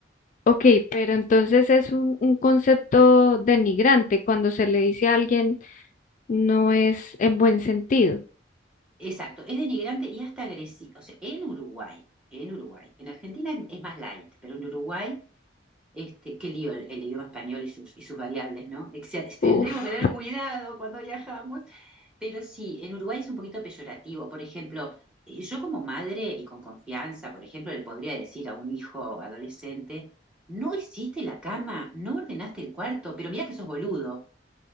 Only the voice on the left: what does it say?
ok, pero entonces es un, un concepto denigrante cuando se le dice a alguien no es en buen sentido.
Uf,